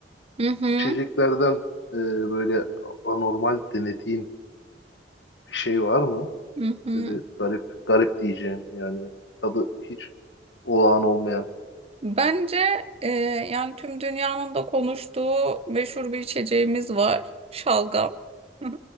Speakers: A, on the right; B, on the left.
A: Hı hı.
B: içeceklerden e, böyle anormal denediğin bir şey var mı?
A: Hı hı.
B: Böyle garip garip diyeceğin yani tadı hiç olağan olmayan.
A: Bence e, yani tüm dünyanın da konuştuğu meşhur bir içeceğimiz var. Şalgam. Hı hı.